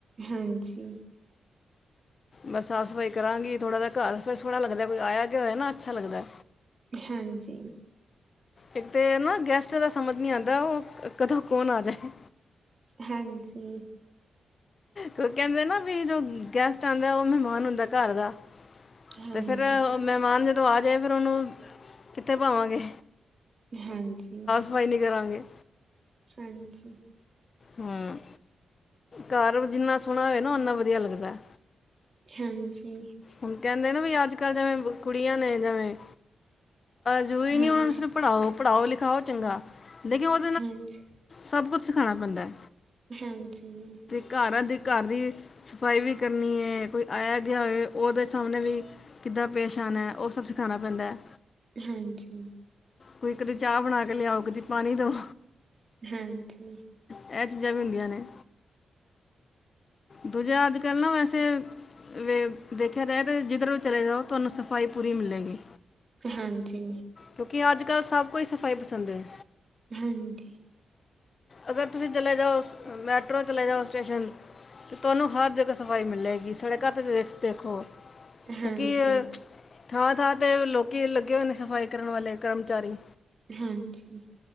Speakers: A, on the right; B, on the left.
A: ਹਾਂਜੀ।
B: ਬਸ ਸਾਫ਼ ਸਫ਼ਾਈ ਕਰਾਂਗੀ ਥੋੜ੍ਹਾ ਜਹਾ ਘਰ ਫਿਰ ਸੋਹਣਾ ਲੱਗਦਾ ਏ ਕੋਈ ਆਇਆ ਗਿਆ ਹੋਇਆ ਨਾ ਅੱਛਾ ਲੱਦਾ ਏ।
A: ਹਾਂਜੀ।
B: ਇੱਕ ਤੇ ਏਹਨਾ ਗੈਸਟਾ ਦਾ ਸਮਝ ਨੀ ਆਉਂਦਾ ਉਹ ਕਦੋਂ ਕੌਣ ਆ ਜਾਏ।
A: ਹਾਂਜੀ।
B: ਕਹਿੰਦੇ ਨਾ ਵੀ ਜੋ ਗੈਸਟ ਆਉਂਦਾ ਉਹ ਮਹਿਮਾਨ ਹੁੰਦਾ ਘਰ ਦਾ।
A: ਹਾਂਜੀ,
B: ਤੇ ਫਿਰ ਮਹਿਮਾਨ ਜਦੋਂ ਆ ਜਾਏ ਫਿਰ ਉਹਨੂੰ ਕਿੱਥੇ ਭਾਵਾ ਗੇ।
A: ਹਾਂਜੀ।
B: ਸਵਾਈ ਨੀ ਕਰਾ ਗੇ।
A: ਹਾਂਜੀ।
B: ਹਮ ਘਰ ਜਿੰਨਾ ਸੋਹਣਾ ਹੋਵੇ ਨਾ ਓਨਾ ਵਧੀਆ ਲੱਗਦਾ ਏ।
A: ਹਾਂਜੀ।
B: ਹੁਣ ਕਹਿੰਦੇ ਨਾ ਵੀ ਅੱਜ ਕੱਲ ਜਿਵੇਂ ਕੁੜੀਆਂ ਨੇ ਜਿਵੇਂ ਜ਼ਰੂਰੀ ਨੀ
A: ਹਾਂਜੀ,
B: ਉਹਨਾਂ ਨੂੰ ਸਿਰਫ ਪੜਾਓ ਪੜਾਓ ਲਿਖਾਓ ਚੰਗਾ ਲੇਕਿਨ ਉਹ
A: ਹਾਂਜੀ
B: ਸਭ ਕੁੱਛ ਸਿਖਾਉਣਾ ਪੈਂਦਾ ਏ
A: ਹਾਂਜੀ ਜੀ
B: ਘਰ ਆ ਦੀ ਘਰ ਦੀ ਸਫਾਈ ਵੀ ਕਰਨੀ ਹੈ ਕੋਈ ਆਇਆ ਗਿਆ ਹੋਵੇ ਉਹਦੇ ਸਾਹਮਣੇ ਵੀ ਕਿੱਦਾਂ ਪੇਸ਼ ਆਨਾ ਹੈ ਉਹ ਸਭ ਸਿਖਾਉਣਾ ਪੈਂਦਾ ਏ
A: ਹਾਂਜੀ
B: ਕੋਈ ਕਦੇ ਚਾਹ ਬਣਾ ਕੇ ਲਿਆਓ ਕਦੀ ਪਾਣੀ ਦਓ
A: ਹਾਂਜੀ
B: ਇਹ ਚੀਜ਼ਾਂ ਵੀ ਹੁੰਦੀਆਂ ਨੇ ਦੂਜਾ ਅੱਜ ਕੱਲ ਨਾ ਵੈਸੇ ਵੇ ਦੇਖਿਆ ਜਾਏ ਤਾਂ ਜਿੱਧਰ ਵੀ ਚਲੇ ਜਾਓ ਤੁਹਾਨੂੰ ਸਫਾਈ ਪੂਰੀ ਮਿਲੇਗੀ
A: ਹਾਂਜੀ
B: ਕਿਉਂਕਿ ਅੱਜ ਕੱਲ ਸਭ ਕਿਉਂ ਸਫਾਈ ਪਸੰਦ ਹੈ।
A: ਹਾਂਜੀ
B: ਅਗਰ ਤੁਸੀਂ ਚਲੇ ਜਾਓ ਮੈਟਰੋ ਚਲੇ ਜਾਓ ਸਟੇਸ਼ਨ ਤੇ ਤੁਹਾਨੂੰ ਹਰ ਜਗ੍ਹਾ ਸਫ਼ਾਈ ਮਿਲੇਗੀ ਸੜਕਾਂ ਤੇ ਦੇਖੋ
A: ਹਾਂਜੀ।
B: ਕਿਉਂਕਿ ਥਾਂ ਥਾਂ ਤੇ ਲੋਕੀ ਲੱਗੇ ਹੋਏ ਨੇ ਸਫ਼ਾਈ ਕਰਨ ਵਾਲੇ ਕਰਮਚਾਰੀ
A: ਹਾਂਜੀ